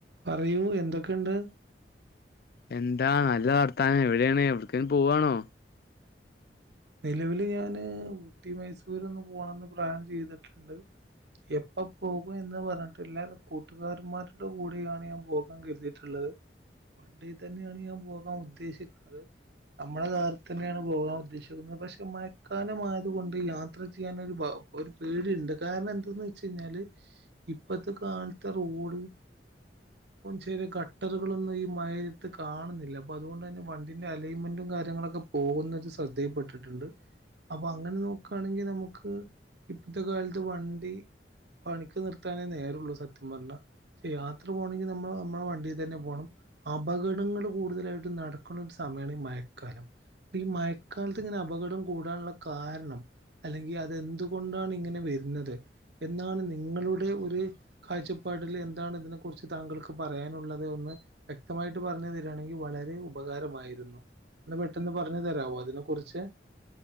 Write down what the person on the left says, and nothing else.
എന്താ നല്ല വർത്താനം എവിടെയാണ് എവിട്ക്കേം പോവാണോ?